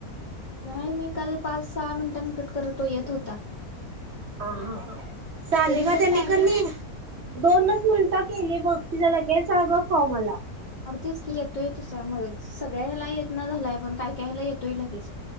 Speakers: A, on the left (about 80°); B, on the right (about 65°).
A: काय माहिती, काल पाच सहा मिनिटांनी कट करतो येत होता
B: हा हा हा <unintelligible>
A: त्यांनी जर टायमिंग
B: दोनच मिनिटं केली बघ तिला लगेच अगं फॉर्मला आला.
A: अग तेच की येतोय तसं म सगळ्यायला येत ना झालाय पण काय कायला येतोय लगेच